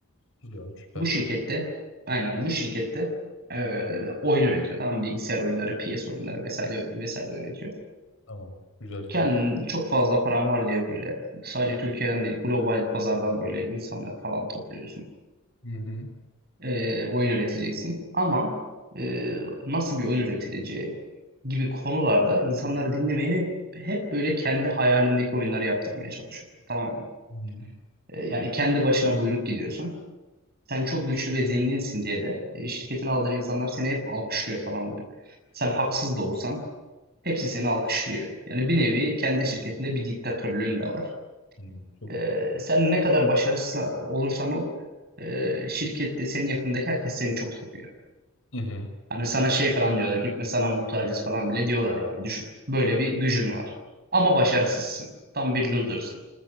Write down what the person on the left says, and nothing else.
Güzel. Süper.
Tamam. Güzel.
Hı hı.
Hı hı.
Tamam. Çok
iyi.
Hı hı.